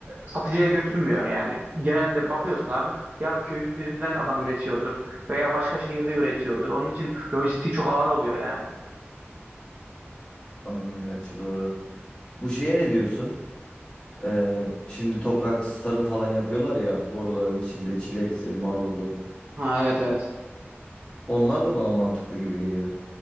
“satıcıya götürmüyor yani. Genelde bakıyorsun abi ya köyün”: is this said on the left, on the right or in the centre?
Right